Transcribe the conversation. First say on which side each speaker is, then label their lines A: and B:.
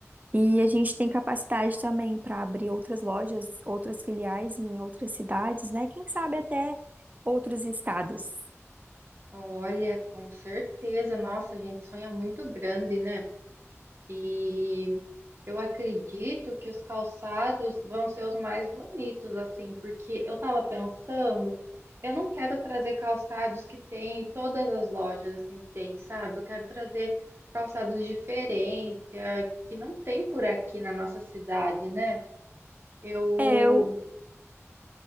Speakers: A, on the right; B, on the right.
A: E a gente tem capacidade também para abrir outras lojas, outras filiais em outras cidades, né? Quem sabe até outros estados.
B: Olha, com certeza, nossa, a gente sonha muito grande, né? E Eu acredito que os calçados vão ser os mais bonitos, assim, porque eu tava pensando, eu não quero trazer calçados que tem em todas as lojas, assim, tem, sabe? Eu quero trazer calçados diferentes, que, é- que não tem por aqui na nossa cidade, né? Eu.
A: É, eu,